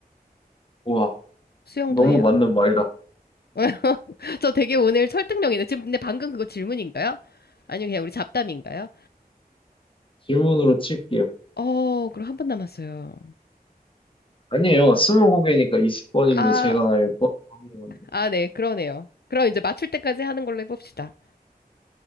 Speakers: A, on the left (about 35°); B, on the left (about 80°).
A: 우와.
B: 수영도
A: 너무
B: 해요.
A: 맞는 말이라
B: <laughs> 저 되게 오늘 설득력이네. 지금 근데 방금 그거 질문인가요? 아니면 그냥 우리 잡담인가요?
A: 질문으로 칠게요.
B: 어, 그럼 한 번 남았어요.
A: 아니에요. 스무고개니까 20번인데
B: 아,
A: 제가 알고 하는 건데.
B: 아, 네, 그러네요. 그럼 이제 맞출 때까지 하는 걸로 해봅시다.